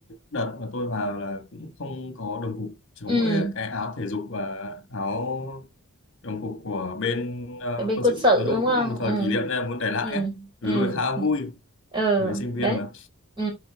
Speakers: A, on the left; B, on the right.
A: đợt mà tôi vào là cũng không có đồng phục chỉ
B: ừ
A: có mỗi cái áo thể dục và áo đồng phục của bên ờ,
B: Rồi bên
A: quân
B: quân
A: sự
B: sự
A: nói chung
B: đúng không?
A: cũng là một
B: Ừ.
A: thời kỷ niệm nên là muốn để lại
B: Ừ.
A: ấy. Ừ,
B: Ừ.
A: lúc ấy khá
B: Ừ.
A: vui
B: ừ
A: với sinh
B: đấy
A: viên mà
B: ừ